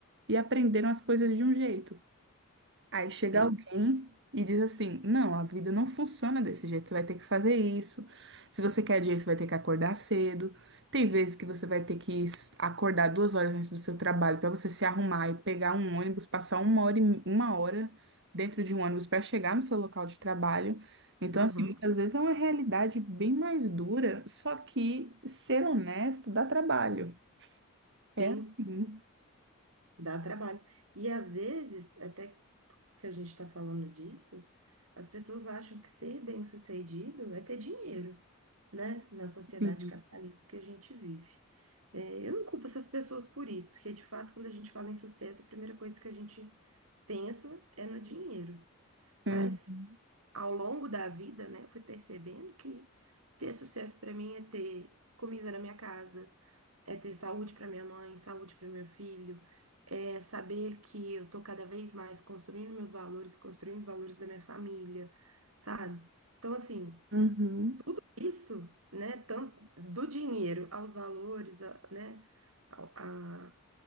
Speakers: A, on the right; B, on the right.
A: e aprenderam as coisas de um jeito. Aí chega
B: Tem.
A: alguém e diz assim: não, a vida não funciona desse jeito, você vai ter que fazer isso. Se você quer dinheiro, você vai ter que acordar cedo. Tem vezes que você vai ter que s- acordar duas horas antes do seu trabalho para você se arrumar e pegar um ônibus, passar uma hora, e- uma hora dentro de um ônibus para chegar no seu local de trabalho. Então,
B: Uhum.
A: assim, muitas vezes é uma realidade bem mais dura, só que ser honesto dá trabalho. É
B: Sim,
A: assim.
B: dá trabalho. E às vezes, até que a gente está falando disso, as pessoas acham que ser bem-sucedido é ter dinheiro, né? Na sociedade
A: Sim.
B: capitalista que a gente vive. É, eu não culpo essas pessoas por isso, porque de fato, quando a gente fala em sucesso, a primeira coisa que a gente pensa é no dinheiro.
A: Uhum.
B: Mas ao longo da vida, né, eu fui percebendo que ter sucesso para mim é ter comida na minha casa, é ter saúde para minha mãe, saúde para meu filho, é saber que eu tô cada vez mais construindo meus valores, construindo os valores da minha família, sabe? Então, assim,
A: Uhum.
B: tudo isso, né, tanto do dinheiro aos valores, a- né, ao, a-